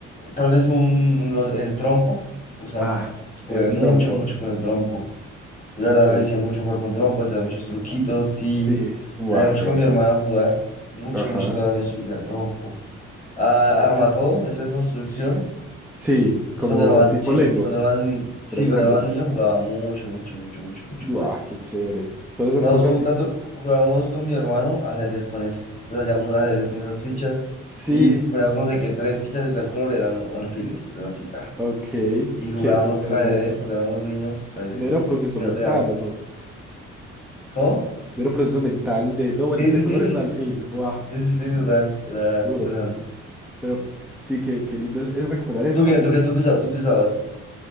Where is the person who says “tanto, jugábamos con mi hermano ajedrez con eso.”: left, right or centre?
Left